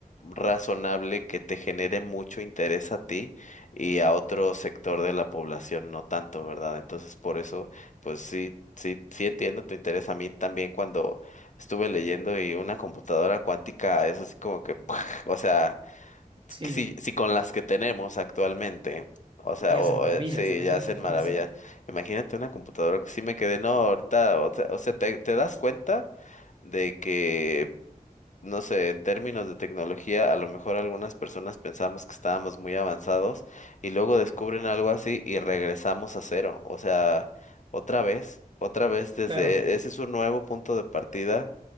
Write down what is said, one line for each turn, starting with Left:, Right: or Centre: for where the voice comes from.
Left: razonable que te genere mucho interés a ti y a otro sector de la población no tanto, ¿verdad? Entonces, por eso, pues sí, sí, sí entiendo tu interés. A mí también cuando estuve leyendo y una computadora cuántica es así como que, <laughs> o sea,
Right: sí,
Left: si, si con las que tenemos actualmente. O sea,
Right: ya
Left: o,
Right: hacen maravillas,
Left: eh, sí,
Right: imagínate
Left: ya hacen
Right: con
Left: maravillas.
Right: eso.
Left: Imagínate una computadora que sí me quedé, no, ahorita, o sea, o sea, te, te das cuenta de que no sé, en términos de tecnología, a lo mejor algunas personas pensamos que estábamos muy avanzados y luego descubren algo así y regresamos a cero. O sea, otra vez, otra vez desde,
Right: Claro,
Left: e-, ese es un nuevo punto de partida